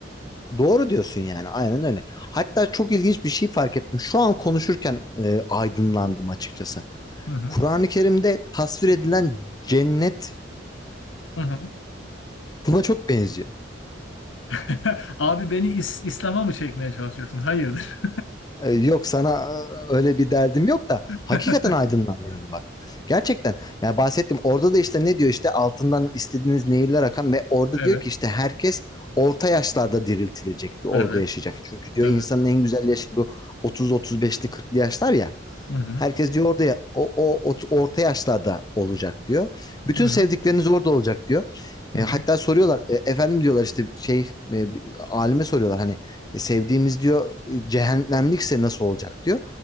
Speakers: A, on the left; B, on the left.
A: doğru diyorsun yani aynen öyle. Hatta çok ilginç bir şey fark ettim. Şu an konuşurken e, aydınlandım açıkçası.
B: Hı hı.
A: Kur'an-ı Kerim'de tasvir edilen cennet
B: Hı hı.
A: buna çok benziyor.
B: <laughs> Abi beni İs- İslam'a mı çekmeye çalışıyorsun? Hayırdır?
A: Ee, Yok sana e, öyle bir derdim yok da hakikaten
B: <laughs>
A: aydınlanıyorum bak. Gerçekten yani bahsettim orada da işte ne diyor işte altından istediğiniz nehirler akan ve orada
B: Evet,
A: diyor ki işte herkes orta yaşlarda diriltilecek diyor
B: evet,
A: orada yaşayacak. Çünkü diyor
B: evet.
A: insanın en güzel yaşı bu 30-35'li 40'lı yaşlar ya.
B: Hı hı,
A: Herkes diyor orada ya- o, o, ot- orta yaşlarda olacak diyor. Bütün
B: hı hı,
A: sevdikleriniz orada olacak diyor.
B: hı
A: E,
B: hı,
A: hatta soruyorlar e, efendim diyorlar işte şey e, alime soruyorlar hani e, sevdiğimiz diyor e, cehennemlikse nasıl olacak diyor.